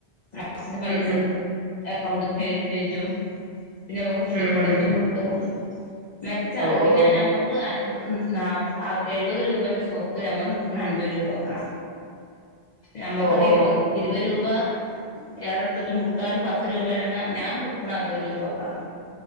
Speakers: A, on the left; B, on the right.
A: അക്കൗണ്ടിൽ പൈസ
B: ഉം ഉം
A: അക്കൗണ്ടി കേറും ചോയിച്ചും പിന്നെ നമുക്ക് ഫ്രീ
B: ഉം
A: പ്രോഡക്റ്റും കി പ്പം മെച്ചാണ്
B: ഓ
A: പിന്നെ
B: ഓ
A: ഞമ്മക്ക് അൻ നാ എഴുപത് രൂപന്റെ സോപ് ഒരു നമ്മക്ക് കിട്ടണ അൻപത് രൂപക്കാ ണ് നമ്മക്കത്
B: ഓ ഓ
A: ഇരുപത് ഇരുപത് രൂപാ ഏറെത്തിട്ടും ബുക്കാൻ പത്ത് രൂപയാണെങ്ക ഞാൻ കൊടുക്കണ അറുപത് രൂപക്കാണ്